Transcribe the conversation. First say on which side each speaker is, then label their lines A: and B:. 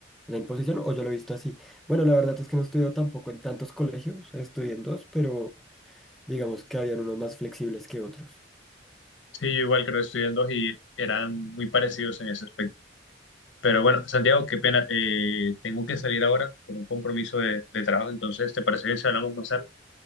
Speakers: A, in the centre; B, on the left.
A: la imposición, o yo lo he visto así. Bueno, la verdad es que no estudio tampoco en tantos colegios, estudié en dos, pero... digamos que habían unos más flexibles que otros.
B: Sí, yo igual creo que estudié en dos y eran muy parecidos en ese aspecto. Pero bueno, Santiago, qué pena. eh, tengo que salir ahora por un compromiso de, de trabajo, entonces, ¿te parece bien si hablamos más tarde?